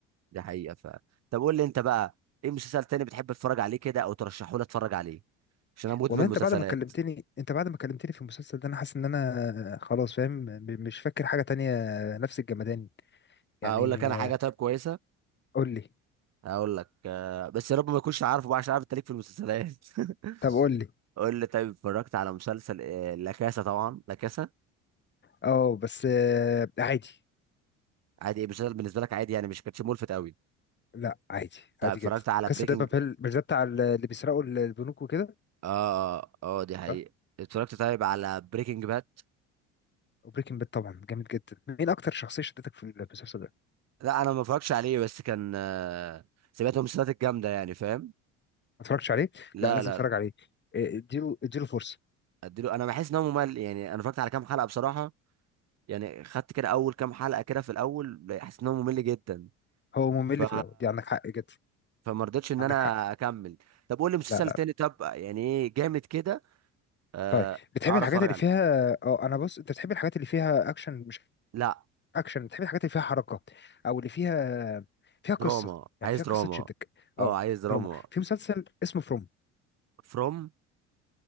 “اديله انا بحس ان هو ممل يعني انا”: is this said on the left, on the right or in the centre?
Right